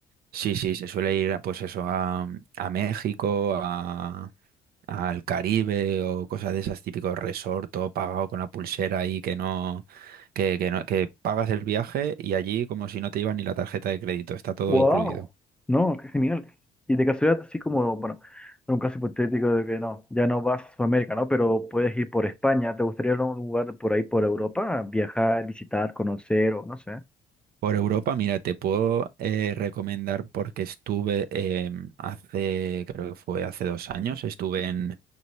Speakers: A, on the right; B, in the centre.
A: Sí, sí, se suele ir a, pues eso, a, a México, a, al Caribe o cosas de esas, típicos resort, todo pagado con la pulsera ahí que no, que, que no, que pagas el viaje y allí como si no te iba ni la tarjeta de crédito, está todo
B: ¡Wow!
A: incluido.
B: No, qué genial. Y de casualidad, así como, bueno, en un caso hipotético de que no, ya no vas a Sudamérica, ¿no? Pero puedes ir por España. ¿Te gustaría ir a un lugar por ahí, por Europa? Viajar, visitar, conocer o no sé.
A: Por Europa, mira, te puedo eh, recomendar porque estuve em, hace, creo que fue hace dos años, estuve en,